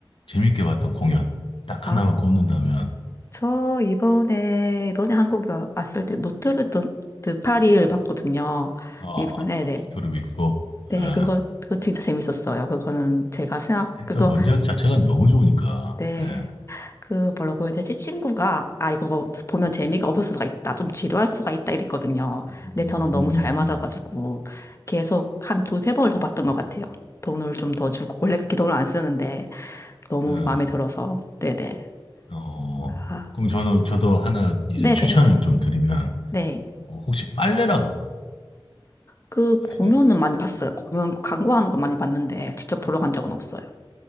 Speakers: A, on the left; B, on the left.
A: 재밌게 봤던 공연 딱
B: 아.
A: 하나만 꼽는다면
B: 저 이번에 이번에 한국에 와- 왔을 때 노트르담 드 파리를 봤거든요.
A: 어,
B: 이번에 네.
A: 그룹 있고,
B: 네,
A: 예.
B: 그거 그거 진짜 재밌었어요. 그거는 제가 생각
A: 일단
B: 그거
A: 원작 자체가 너무 좋으니까,
B: 네.
A: 예.
B: 그 뭐라고 해야 되지? 친구가 아 이거 보면
A: 음,
B: 재미가 없을 수가 있다. 좀 지루할 수가 있다 이랬거든요.
A: 음,
B: 근데
A: 음,
B: 저는 너무 잘 맞아가지고
A: 음.
B: 계속 한 두세 번을 더 봤던
A: 음,
B: 것 같아요. 돈을 좀 더 주고 원래 그렇게 돈을 안 쓰는데 너무
A: 음.
B: 마음에 들어서 네네.
A: 예. 어,
B: 아,
A: 그럼 저는, 저도 하나 이제
B: 네네.
A: 추천을 좀 드리면,
B: 네.
A: 어, 혹시 빨래라고
B: 그
A: 아시나요?
B: 공연은 많이 봤어요. 공연 광고하는 거 많이 봤는데 직접 보러 간 적은 없어요.